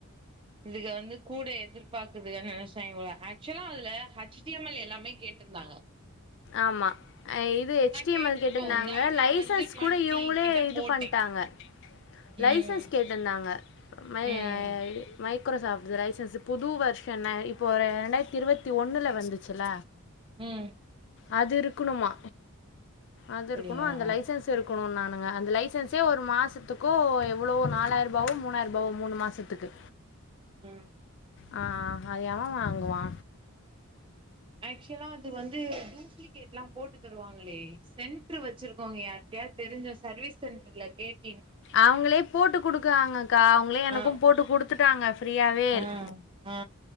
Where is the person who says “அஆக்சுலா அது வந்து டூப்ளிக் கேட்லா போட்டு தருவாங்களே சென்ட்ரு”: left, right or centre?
Right